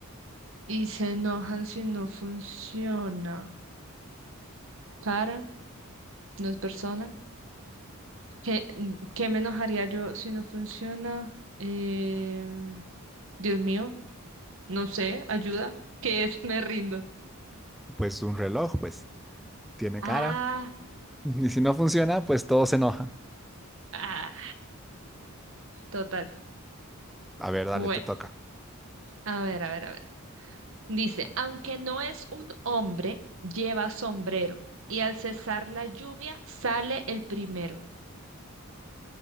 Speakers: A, on the right; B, in the centre.
A: y se enojan si no funciona. Cara, no es persona. ¿Qué, qué me enojaría yo si no funciona? Eh, Dios mío, no sé, ayuda. ¿Qué es? Me rindo.
B: pues un reloj, pues tiene
A: Ah,
B: cara. <laughs> Y si no funciona, pues todo se enoja.
A: ah, total.
B: A ver,
A: Bueno,
B: dale, te toca.
A: a ver, a ver, a ver. Dice, aunque no es un hombre, lleva sombrero y al cesar la lluvia sale el primero.